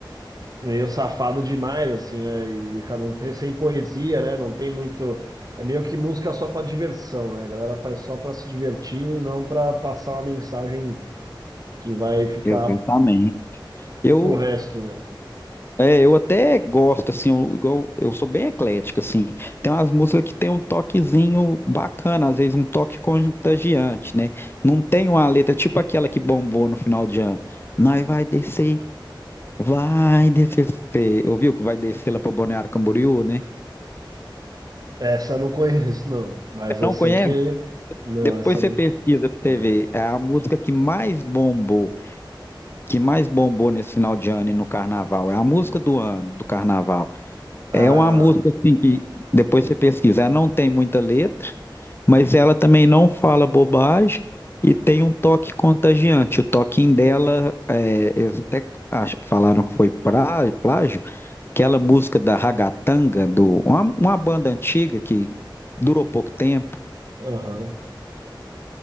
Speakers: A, on the right (about 50°); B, on the left (about 25°).
A: meio safado demais, assim, né, e cada um tem, sem poesia, né, não tem muito. É meio que música só pra diversão, né, a galera faz só pra se divertir e não pra passar uma mensagem que vai ficar
B: Exatamente. Eu
A: pro resto, né.
B: É, eu até gosto, assim, eu, igual- eu sou bem eclético, assim. Tem umas músicas que tem um toquezinho bacana, às vezes um toque contagiante, né? Não tem uma letra tipo aquela que bombou no final de ano. Nós vai descer, vai descer. Você ouviu que vai descer lá para Balneário Camboriú, né?
A: Essa eu não conheço, não, mas eu
B: Não
A: sei
B: conhece?
A: que. Não,
B: Depois
A: essa eu
B: você pesquisa pra
A: não.
B: você ver.
A: É.
B: É a música que mais bombou, que mais bombou nesse final de ano e no carnaval. É a música do ano, do carnaval.
A: Ah,
B: É uma música assim que depois você pesquisar, não tem muita letra, mas ela também não fala bobagem e tem um toque contagiante. O toquinho dela, é, eles até ach- falaram que foi pra- plágio, aquela música da Ragatanga, do, uma, uma banda antiga que durou pouco tempo,
A: aham.